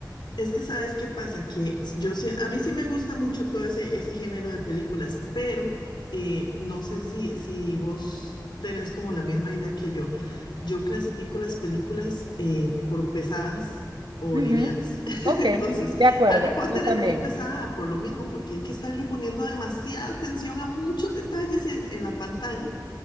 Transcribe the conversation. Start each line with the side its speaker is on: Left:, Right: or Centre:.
Left: Es que sabes qué pasa, que yo sí- a mí sí me gusta mucho todo ese, ese género de películas, pero eh, no sé si, si vos tenés como la misma idea que yo. Yo clasifico las películas eh, por pesadas o
Right: Ujú,
Left: livianas. <laughs>
Right: Ok,
Left: Entonces,
Right: de acuerdo,
Left: Harry Potter
Right: yo también,
Left: es muy pesada por lo mismo, porque hay que estarle poniendo demasiada atención a muchos detalles en, en la pantalla.